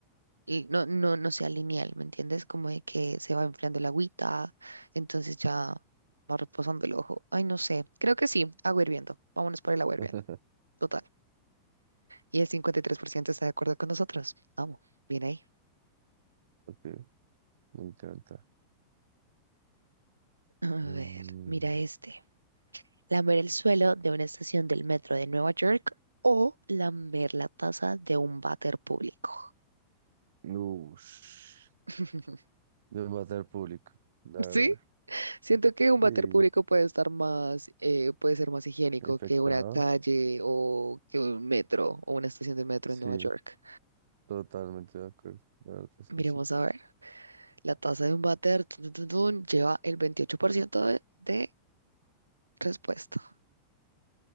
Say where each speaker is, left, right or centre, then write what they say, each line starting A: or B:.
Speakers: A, on the right (about 80°); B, on the right (about 60°).
A: y no, no, no sea lineal, ¿me entiendes? Como de que se va enfriando el agüita, entonces ya va reposando el ojo. Ay, no sé. Creo que sí, agua hirviendo. Vámonos por el agua hirviendo.
B: <laughs>
A: Total. Y el 53% está de acuerdo con nosotros. Vamos, bien ahí.
B: Ok, me encanta.
A: A
B: Mm,
A: ver, mira este. lamer el suelo de una estación del metro de Nueva York o lamer la taza de un váter público.
B: ush,
A: <laughs>
B: de matar público, la verdad.
A: Sí, siento que un
B: Sí,
A: váter público puede estar más, eh, puede ser más higiénico
B: infectado.
A: que una calle o que un metro o una estación de metro
B: Sí,
A: en Nueva York.
B: totalmente de acuerdo. La verdad es
A: Miremos
B: que sí.
A: a ver, la tasa de un váter tun, tun, tun, tun, lleva el 28% de, de respuesta.